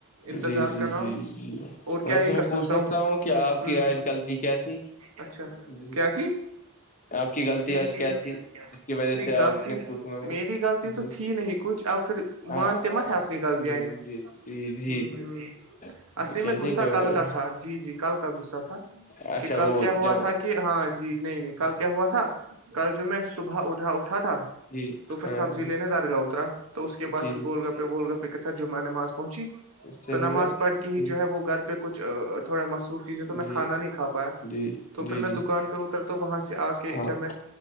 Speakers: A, on the right; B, on the left.
A: انتظار
B: جی جی
A: کر رہا ہوں
B: جی جی
A: اور
B: ویسے
A: کیا ہی
B: میں
A: کر
B: پوچھ
A: سکتا ہوں ہ
B: کہ آپ
A: ہ
B: کی آج غلطی کیا تھی
A: اچھا
B: جی
A: کیا تھی
B: آپ کی غلطی
A: ٹھیک
B: آج
A: ٹھیک
B: کیا تھی جس کی وجہ
A: نہیں
B: سے آپ
A: غلطی
B: نے تووٹ مگائی
A: میری غلطی
B: جی
A: تو تھی نہیں کچھ اب پھر
B: ہاں
A: مانتے مت ہے اپنی غلطیاں
B: جی
A: یہ
B: جی ج جی
A: ہ
B: جی
A: ہ اصلی
B: یہ چاہتی
A: میں غصہ
B: ہے کوئی
A: کل
B: بات
A: کا تھا جی جی کل کا غصہ تھا
B: اچھا
A: کہ کل
B: وہ
A: کیا ہوا
B: جب
A: تھا کہ ہاں جی نہیں نہیں کل کیا ہوا تھا کل جو میں صبح اٹھا اٹھا تھا
B: جی
A: تو پھر
B: ہاں
A: سبزی
B: جی
A: لینے دارگا اتا تو اس کے بعد
B: جی
A: پھر گول گ پہ وہ گ کے ساتھ جمعہ نماز پہنچی
B: صحیح
A: تو نماز
B: بات
A: پڑھ کے ہی
B: جی
A: جو ہے وہ گھر پہ کچھ تھوڑا مصروفی تھے تو میں
B: جی
A: کھا نہیں کا پایا
B: جی
A: تو پھر
B: جی
A: میں
B: جی
A: دکان پہ اتر تو وہاں سے آ کے
B: ہاں
A: جب میں